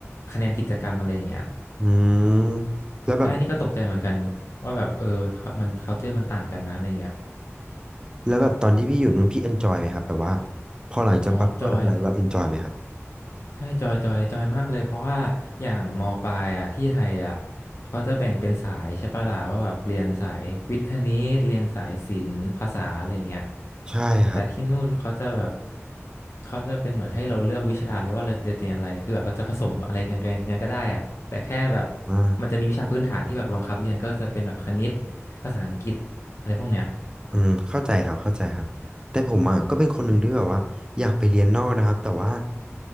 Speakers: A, on the left; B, on the right.
A: คะแนนกิจกรรมอะไรอย่างเงี้ย
B: อืมแล้วแบบ
A: ใช่นี่ก็ตกใจเหมือนกันว่าแบบเออามัน culture มันต่างกันนะอะไรเงี้ย
B: แล้วแบบตอนที่พี่อยู่นู้นพี่เอนจอยไหมครับแบบว่าพอหลังจากปรับตัวได้แล้วเราเอนจอยไหมครับ
A: อ๋อจอยใช่จอยจอยจอยมากเลย เพราะว่าอย่างมปลายอ่ะที่ไทยอ่ะเขาจะแบ่งเป็นสายใช่ปะล่ะว่าแบบเรียนสายวิทย์คณิตเรียนสายศิลป์ภาษาอะไรเงี้ย
B: ใช่ครับ
A: แต่ที่นู่นเขาจะแบบเขาจะเป็นเหมือนให้เราเลือกวิชาเลยว่าเราจะเรียนอะไรคือแบบเราจะผสมอะไรกันกันกันก็ได้อ่ะแต่แค่แบบ
B: อ่า
A: มันจะมีวิชาพื้นฐานที่แบบบังคับเรียนก็จะเป็นแบบคณิตภาษาอังกฤษอะไรพวกเนี้ย
B: อืมเข้าใจครับเข้าใจครับแต่ผมอ่ะก็เป็นคนหนึ่งที่แบบว่าอยากไปเรียนนอกนะครับแต่ว่า